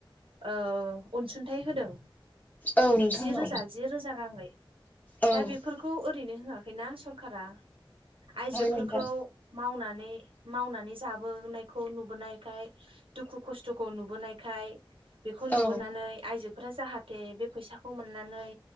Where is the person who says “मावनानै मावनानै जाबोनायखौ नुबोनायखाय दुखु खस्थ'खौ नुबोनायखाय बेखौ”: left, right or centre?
Right